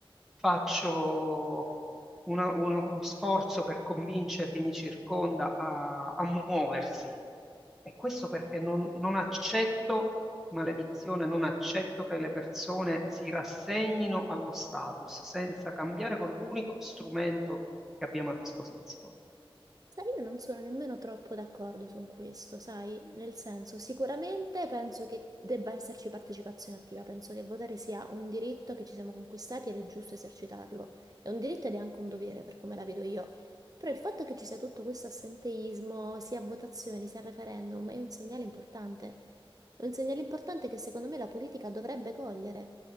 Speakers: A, in the centre; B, on the right.
A: faccio una- uno sforzo per convincere chi mi circonda a, a muoversi. E questo perché non non accetto. Maledizione, non accetto che le persone si rassegnino allo status senza cambiare con l'unico strumento che abbiamo a disposizione.
B: Sai, io non sono nemmeno troppo d'accordo su questo, sai? Nel senso, sicuramente penso che debba esserci partecipazione attiva, penso che votare sia un diritto che ci siamo conquistati ed è giusto esercitarlo. È un diritto ed è anche un dovere, per come la vedo io. Però il fatto che ci sia tutto questo assenteismo, sia a votazioni, sia a referendum, è un segnale importante. È un segnale importante che secondo me la politica dovrebbe cogliere.